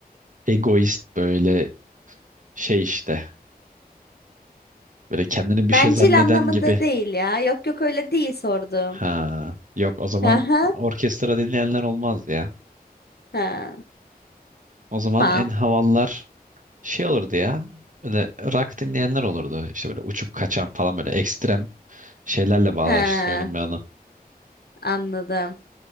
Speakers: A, on the right (about 55°); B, on the left (about 80°).
A: egoist böyle şey işte. Böyle kendini
B: Bencil
A: bir şey zanneden
B: anlamında
A: gibi.
B: değil ya. Yok yok öyle değil sordum.
A: Ha, yok o zaman
B: Aha,
A: orkestra dinleyenler olmaz ya.
B: ha,
A: O zaman
B: tamam.
A: en havalılar şey olurdu ya. Böyle rock dinleyenler olurdu. İşte böyle uçup kaçan falan böyle ekstrem şeylerle bağdaştırıyorum
B: Ha,
A: ben onu.
B: anladım.